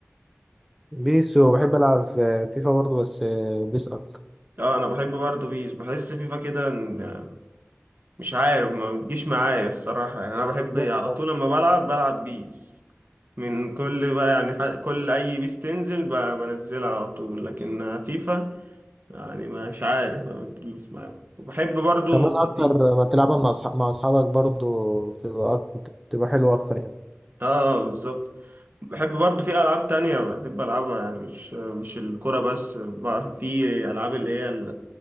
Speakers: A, in the centre; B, on the right.
A: بيس وبحب ألعب في فيفا برضو بس بيس أكتر
B: اه انا بحب برضه بيس بحس فيفا كده إن- مش عارف ما بتجيش معايا الصراحة يعني انا بحب
A: بالظبط
B: على
A: أيوة.
B: طول لما بلعب بلعب بيس من كل بقى يعني ح- كل اي بيس تنزل ب- بنزلها على طول لكن فيفا يعني مش عارف ما بتجيش معايا وبحب برضه
A: كمان
B: في
A: أكتر ما تلعبها مع أصحاب مع أصحابك برضو بتبقى أك- بتبقى حلوة أكتر يعني
B: اه آه، بالظبط بحب برضه في العاب تانية بحب العبها يعني مش مش الكرة بس بقى في العاب اللي هي